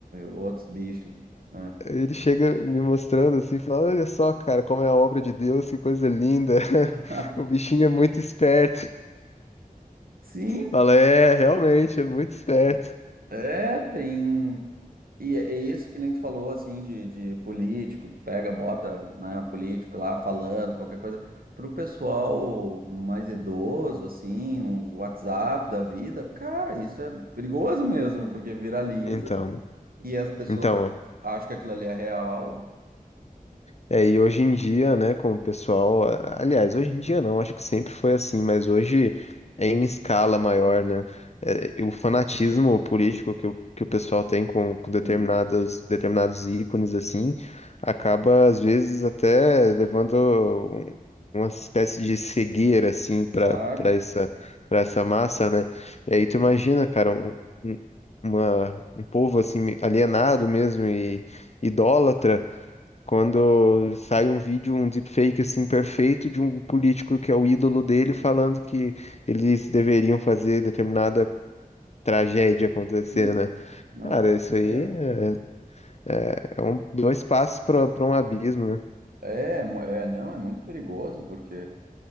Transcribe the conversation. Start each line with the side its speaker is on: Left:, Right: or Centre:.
Right: outros bichos, né?
Left: ele chega me mostrando assim, fala, olha só, cara, como é a obra de Deus, que coisa linda. <laughs>
Right: <laughs>
Left: O bichinho é muito esperto.
Right: Sim,
Left: Fala, é, realmente, é muito esperto.
Right: é, tem. E é é isso que nem tu falou, assim, de, de político, tu pega, bota, né, político lá falando, qualquer coisa. Pro pessoal mais idoso, assim, nos WhatsApp da vida, cara, isso é perigoso mesmo, porque viraliza
Left: Então,
Right: e as pessoas
Left: então,
Right: acham que aquilo ali é real.
Left: É, e hoje em dia, né, com o pessoal, a- aliás, hoje em dia não, acho que sempre foi assim, mas hoje é em escala maior, né? É, o fanatismo político que o, que o pessoal tem com, com determinadas,
Right: Sim,
Left: determinados ícones, assim, acaba, às vezes, até levando um- uma espécie de cegueira, assim, para
Right: claro.
Left: para essa, para essa massa, né? E aí tu imagina, cara, um, um- uma, um povo, assim, alienado mesmo e idólatra quando sai um vídeo, um deepfake assim perfeito de um político que é o ídolo dele falando que eles deveriam fazer determinada tragédia acontecer,
Right: Sim,
Left: né?
Right: não,
Left: Cara,
Right: com
Left: isso
Right: certeza.
Left: aí é, é- é um- dois passos para para um abismo, né?
Right: É, mu- é, não, é muito perigoso, porque